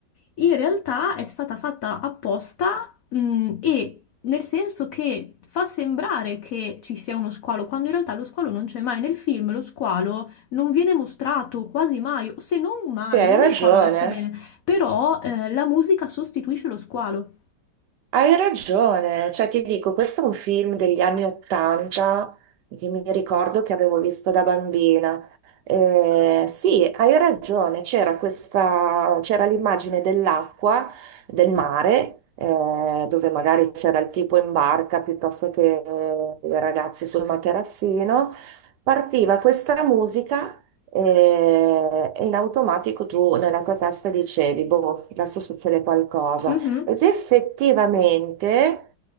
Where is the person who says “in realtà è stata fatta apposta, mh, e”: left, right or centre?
Left